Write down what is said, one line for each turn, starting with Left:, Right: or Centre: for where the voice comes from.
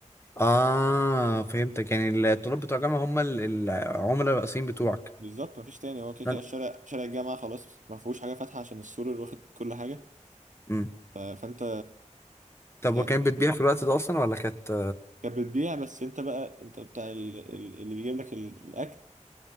Left: اه فهمتك يعني الطلاب بتوع الجامعة هم ال- العملاء الرئيسيين بتوعك
Right: بالظبط مفيش تاني هو كده
Left: فانت-
Right: كده الشارع شارع الجامعة خلاص ما فيهوش حاجة فاتحة عشان السور اللي واخد كل حاجة
Left: امم
Right: ف- فأنت
Left: طب
Right: يعني
Left: وكان بتبيع في الوقت ده أصلا ولا كانت
Right: كانت بتبيع بس انت بقى انت بتاع ال- ال- اللي بيجيب لك ال- الاكل